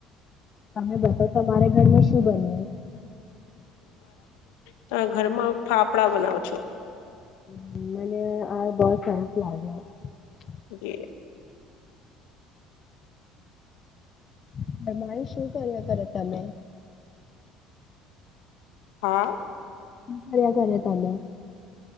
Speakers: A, on the left; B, on the left.
A: તમે બતા તમારે ઘરમાં શું બન્યું?
B: તારા ઘરમાં ફાફડા બનાવો છો
A: <unintelligible>
B: જી
A: <unintelligible> શું કર્યા કરે તમે
B: હા
A: હું કર્યા કરે તમે